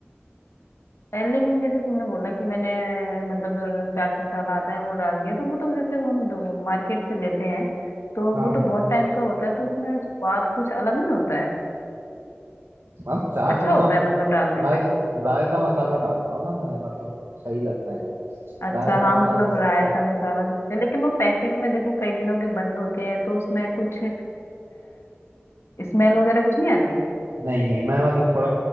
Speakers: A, on the left (about 75°); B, on the right (about 75°).
A: ए, लेकिन जैसे तुमने बोला कि मैंने मतलब जो चाट मसाला आता है वो डाल दिया तो वो तो जैसे हम मार्केट से लेते हैं तो
B: हाँ
A: वो तो
B: हाँ
A: बहुत टाइम का होता है तो उसमें स्वाद कुछ अलग नहीं होता है
B: हम चाट
A: अच्छा
B: मसाला
A: होता है
B: नहीं,
A: मतलब डालने
B: राय
A: पे
B: रायता मसाला डालता हूँ ना मैं मतलब सही लगता है वो
A: अच्छा
B: रायता
A: हाँ
B: मसाले
A: मतलब
B: से अच्छा
A: रायता
B: है।
A: मसाला जो होते हैं, लेकिन वो पैकेट में देखो कई दिनों के बंद होते हैं तो उसमें कुछ स्मेल वगैरह कुछ नहीं आती
B: नहीं नहीं मैं मतलब थोड़ा